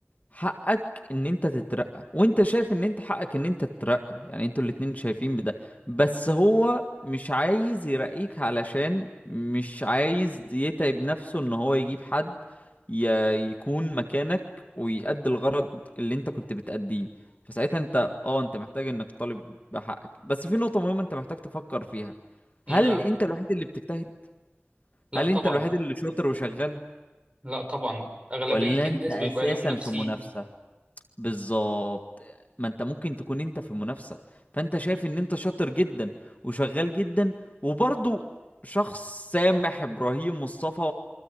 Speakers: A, on the left (about 40°); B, on the right (about 30°).
A: حقك ان انت تترقى وانت شايف ان انت حقك ان انت تترقى يعني انتوا الاتنين شايفين بده بس هو مش عايز يرقيك علشان مش عايز يتعب نفسه ان هو يجيب حد ي- يكون مكانك ويأدي الغرض اللي انت كنت بتأديه فساعتها انت اه انت محتاج انك تطالب بحقك بس في نقطة مهمة انت محتاج تفكر فيها هل
B: إيه بقى
A: انت الوحيد اللي بتجتهد
B: لا
A: هل
B: طبعا
A: انت الوحيد اللي شاطر وشغال
B: لا طبعا أغلبية
A: ولا
B: الناس
A: انت اساسا
B: بيبقى ليهم نفسين
A: في منافسة بالظبط ما انت ممكن تكون انت في منافسة فانت شايف ان انت شاطر جدا وشغال جدا وبرضه شخص سامح ابراهيم مصطفى